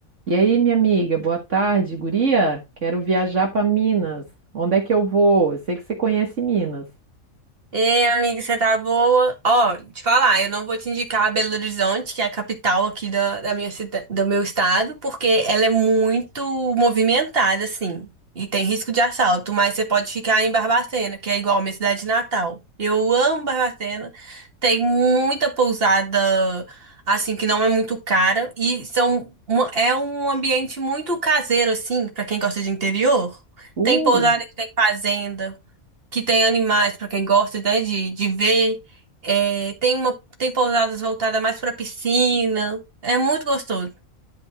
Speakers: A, on the right; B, on the right.
A: E aí, minha amiga, boa tarde, guria. Quero viajar para Minas. Onde é que eu vou? Eu sei que você conhece Minas.
B: Ei, amiga, você tá boa? Ó, te falar, eu não vou te indicar Belo Horizonte, que é a capital aqui da, da minha cida- do meu estado, porque ela é muito movimentada, assim, e tem risco de assalto, mas você pode ficar em Barbacena, que é igual a minha cidade natal. Eu amo Barbacena, tem muita pousada, assim, que não é muito cara, e são uma- é um ambiente muito caseiro, assim, pra quem gosta de interior.
A: Uh,
B: Tem pousada que tem fazenda que tem animais para quem gosta, né, de, de ver. É, tem uma, tem pousadas voltadas mais para piscina. É muito gostoso.